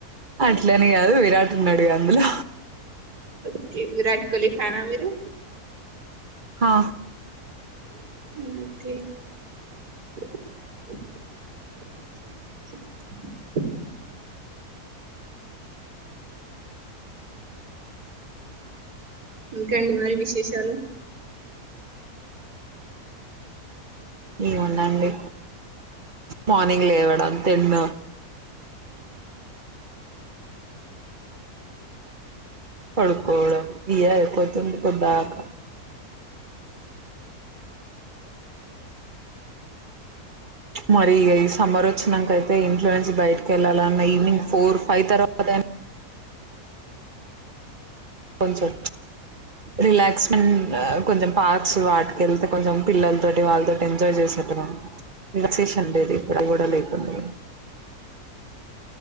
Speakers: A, on the right; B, on the right.
A: అట్లనే కాదు విరాట్ అడుగా అందులో
B: ఓకే విరాట్ కోహలీ ఫ్యాన్ మీరు
A: హా
B: మ ఇంకాండి మాాల విశేషాలు
A: ఏమన్నాండి మార్నింగ్ లేవడం తిన్న కడుకోళ బియా ఎకుతు కుబాకా మరి ఈ సమ్బర్ వచ్చినాకైతే ఇంట్లో నుంచి బయటికి వెళ్ళాలన్న ఈవినింగ్ ఫోర్ ఫైవ్ తర్వాతయినా కొంచెం రిలాక్స్మెంట్ కొంచెం పార్క్స్ వాటిక వెళ్తే కొంచెం పిల్లలతోటి వాళ్ళతోటి ఎంజాయ్ చేసేట రిలాక్సేషన్ అండేది ఇక్కడ కూడా లేకుడా